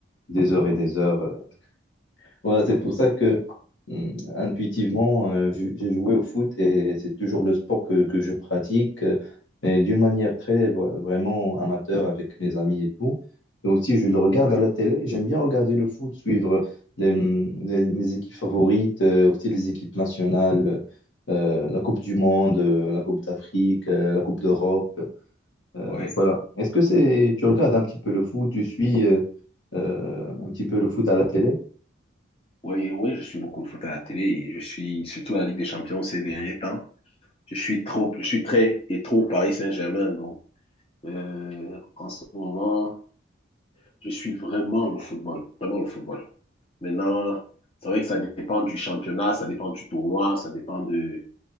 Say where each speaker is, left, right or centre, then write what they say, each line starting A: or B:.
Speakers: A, on the left; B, on the left.
A: des heures et des heures. Voilà, c'est pour ça que hum, intuitivement, euh, j'ai j'ai joué au foot et c'est toujours le sport que, que je pratique, euh, mais d'une manière très vo- vraiment amateur avec mes amis et tout. Et aussi, je le regarde
B: oui.
A: à la télé. J'aime bien regarder le foot, suivre les, hum, les- mes équipes favorites, euh, aussi les équipes nationales, euh, la Coupe du Monde, euh, la Coupe d'Afrique, euh, la Coupe d'Europe. euh,
B: Ouais,
A: voilà. Est-ce que c'est, tu regardes un petit peu le foot, tu suis euh, euh, un petit peu le foot à la télé?
B: ouais, ouais, je suis beaucoup le foot à la télé et je suis surtout la Ligue des Champions ces derniers temps. Je suis trop, je suis très et trop Paris Saint-Germain, donc euh, en ce moment, je suis vraiment le football, vraiment le football. Maintenant, c'est vrai que ça dépend du championnat, ça dépend du tournoi, ça dépend de,